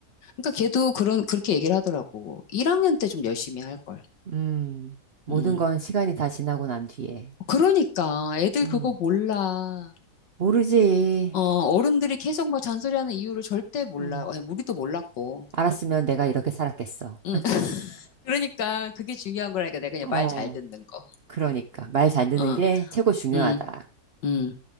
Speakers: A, on the left; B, on the right.
A: 그러니까 걔도 그런 그렇게 얘기를 하더라고. 1학년 때 좀 열심히 할 걸.
B: 음, 모든
A: 음.
B: 건 시간이 다 지나고 난 뒤에.
A: 그러니까 애들
B: 음,
A: 그거 몰라.
B: 모르지.
A: 어, 어른들이 계속 막 잔소리하는 이유를 절대 몰라.
B: 음,
A: 아니, 우리도 몰랐고.
B: 알았으면 내가 이렇게 살았겠어.
A: 음. <laughs> 그러니까 그게 중요한 거라니까 내가 그냥
B: 어,
A: 말 잘 듣는 거.
B: 그러니까. 말 잘 듣는
A: 어.
B: 게 최고 중요하다.
A: 음. 음.